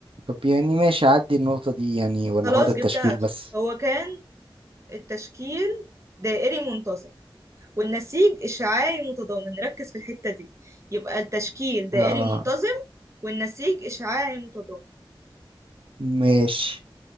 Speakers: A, on the right; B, on the right.
A: طب يعني ماشي عدي النقطة دي يعني ولا
B: خلاص
A: هو ده التشكيل
B: جبتها
A: بس
B: هو كان التشكيل دائري منتظم والنسيج إشعاعي متضامن نركز في الحتة دي يبقى التشكيل دائري
A: اه
B: منتظم والنسيج إشعاعي متضامن
A: ماشي